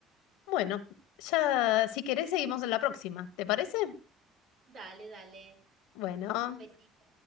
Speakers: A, on the left; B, on the right.
A: Bueno, ya si querés seguimos en la próxima. ¿Te parece?
B: Dale, dale.
A: Bueno.
B: Un besito.